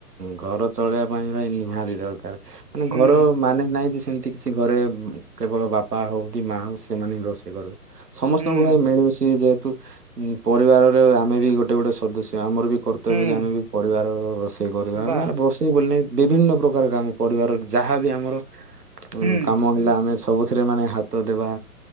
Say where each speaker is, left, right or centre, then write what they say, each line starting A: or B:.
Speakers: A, on the right; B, on the right.
A: ଘର ଚଳେଇବା ପାଇଁ ଭାଇ ନିହାତି ଦରକାର ମାନେ
B: ହୁଁ
A: ଘର ମାନେ ନାଇଁ ସେମିତି କିଛି ଘରେ କେବଳ ବାପା ହଉ କି ମା ହଉ ସେମାନେ ହିଁ ରୋଷେଇ କରିବେ। ସମସ୍ତଙ୍କୁ
B: ହୁଁ
A: ଭାଇ ମିଳିମିଶି ଯେହେତୁ ପରିବାରରେ ଆମେ ବି ଗୋଟେ ଗୋଟେ ସଦସ୍ୟ ଆମର ବି କର୍ତ୍ତବ୍ୟ
B: ହୁଁ
A: ଯେ ଆମେ ବି ପରିବାର ରୋଷେଇ କରିବା
B: ବାସ୍
A: ଆମେ ବ ସେ ବିଭିନ୍ନ ପ୍ରକାର କାମ ପରିବାର ଯାହା ବି ଆମର
B: ହୁଁ।
A: କାମ ହେଲା ଆମେ ସବୁଥିରେ ମାନେ ହାତ ଦେବା